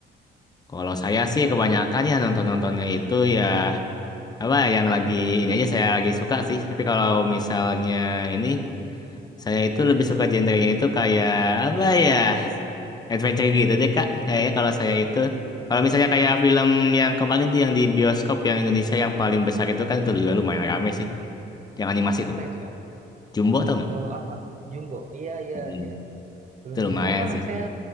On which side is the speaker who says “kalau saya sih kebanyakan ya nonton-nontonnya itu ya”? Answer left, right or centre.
Left